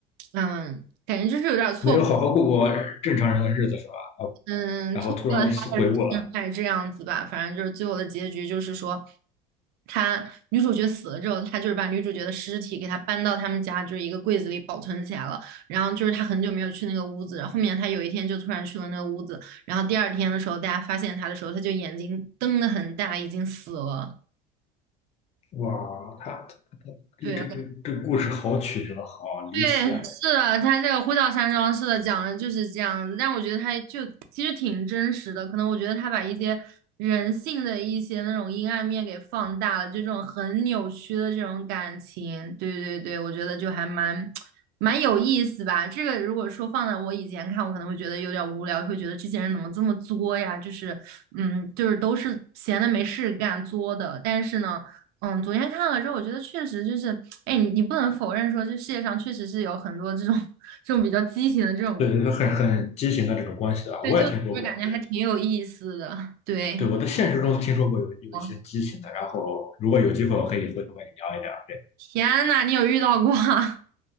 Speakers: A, on the right; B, on the left.
A: 嗯。感觉就是有点错
B: 没有好好过过正常人的日子是吧？啊，
A: 嗯，
B: 然后突然悔悟了，
A: 错过了他的天还是这样子吧，反正就是最后的结局就是说，他女主角死了之后，他就是把女主角的尸体给她搬到他们家就是一个柜子里保存起来了。然后就是他很久没有去那个屋子，然后后面他有一天就突然去了那个屋子，然后第二天的时候大家发现他的时候，他就眼睛瞪得很大，已经死了。
B: 哇，他他他这个这个这个故事好曲折，
A: 对，
B: 好离奇啊！
A: 对，是的，他这个呼啸山庄是的讲的就是这样子，但我觉得他就其实挺真实的，可能我觉得他把一些人性的一些那种阴暗面给放大了，就这种很扭曲的这种感情，对对对，我觉得就还蛮蛮有意思吧。这个如果说放在我以前看，我可能会觉得有点无聊，会觉得这些人怎么这么作呀？就是嗯，就是都是闲的没事干作的，但是呢。嗯，昨天看了之后，我觉得确实就是，哎，你你不能否认说，这世界上确实是有很多这种 <laughs> 这种比较畸形的这种，
B: 对，很很畸形的这种关系啊，
A: 对，
B: 我也听说过，
A: 就我感觉还挺有意思的。
B: 对。
A: 对，
B: 对，我在现实中听说过有有一些畸形的，
A: 哦，
B: 然后如果有机会，我可以回头跟你聊一聊。对，
A: 天呐，你有遇到过啊？